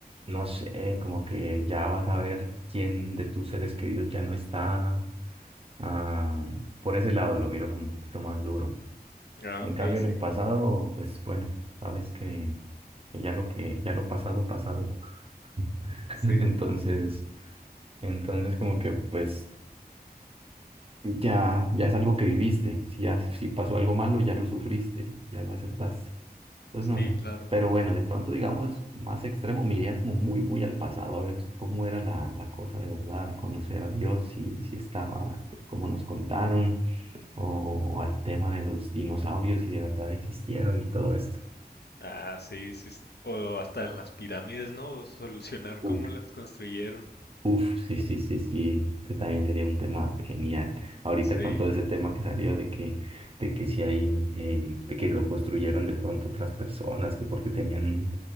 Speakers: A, on the right; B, on the left.
A: no sé, como que ya vas a ver quién de tus seres queridos ya no está Ah, por ese lado lo miro como un poquito más duro.
B: Ah,
A: En
B: ok,
A: cambio,
B: sí,
A: en el pasado, pues bueno, sabes que, que ya lo que, ya lo pasado, pasado. <laughs>
B: sí,
A: Entonces, entonces como que pues ya, ya es algo que viviste. Si ya, si pasó algo malo, ya lo sufriste, ya lo aceptaste. Entonces
B: sí,
A: no sé.
B: claro.
A: Pero bueno, de pronto, digamos, más extremo, me iría como muy, muy al pasado, a ver cómo era la, la cosa de verdad, a conocer a Dios, si, si estaba, como nos contaron o al tema de los dinosaurios si de verdad existieron y todo esto.
B: Ah, sí, sí. es- O hasta en las pirámides, ¿no? Solucionar
A: Uf,
B: cómo las construyeron.
A: uf, sí, sí, sí, sí, ese también sería un tema genial. Ahorita
B: Sí.
A: con todo ese tema que salió de que, de que si hay, eh, de que lo construyeron de pronto otras personas, que porque tenían